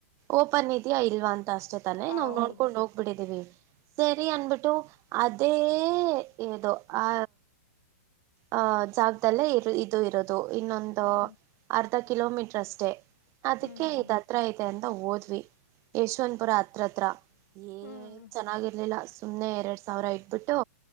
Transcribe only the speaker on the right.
ಓಪನ್ ಇದೆಯಾ ಇಲ್ವಾಂತ ಅಷ್ಟೇ ತಾನೇ
ನಾವವು ನೋಡ್ಕೊಂಡು ಹೋಗ್ಬಿಡಿದ್ದೀವಿ ಸರಿ ಅನ್ಬಿಟ್ಟು ಅದೇ ಏದೋ ಆ ಅಹ ಜಾಗದಲ್ಲೇ ಇ ಇದು ಇರೋದು ಇನ್ನೊಂದು
ಅರ್ ಅರ್ಧ ಕಿಲೋಮೀಟರ್ ಅಷ್ಟೇ ಅದಕ್ಕೆ
ಇದ ಹತ್ರ ಇದೆ ಅಂತ ಓದ್ವಿ ಯಶವಂತಪುರ ಹತ್ರತ್ರ
ಏನ್ ಚೆನ್ನಾಗಿರ್ಲಿಲ್ಲ ಸುಮ್ನೆ ಎರಡ್ ಸಾವಿರ ಐತು ಬಿಟ್ಟು